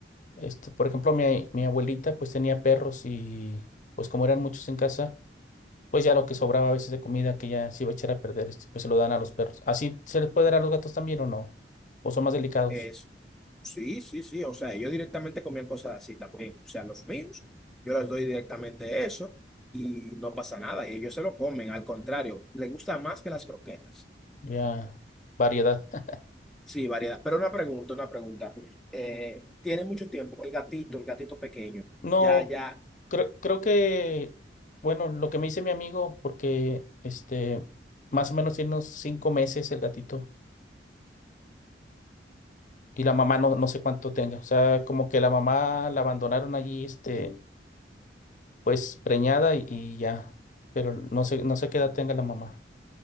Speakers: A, on the left; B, in the centre.
A: Este, por ejemplo, mi, mi abuelita pues tenía perros y pues como eran muchos en casa, pues ya lo que sobraba a veces de comida que ya se iba a echar a perder, este, pues se lo dan a los perros. ¿Así se les puede dar a los gatos también o no? ¿O son más delicados?
B: es, sí, sí, sí, o sea, ellos directamente comían cosas así también. O sea, los míos, yo les doy directamente eso y no pasa nada. Y ellos se lo comen, al contrario, les gusta más que las croquetas.
A: Ya, variedad. <laughs>
B: Sí, variedad. Pero una pregunta, una pregunta. Eh, tiene mucho tiempo el gatito, el gatito pequeño.
A: No,
B: Ya, ya
A: creo, creo que, bueno, lo que me dice mi amigo, porque este, más o menos tiene unos cinco meses el gatito y la mamá no, no sé cuánto tenga. O sea, como que la mamá la abandonaron allí, este, pues preñada y, y ya, pero no sé, no sé qué edad tenga la mamá.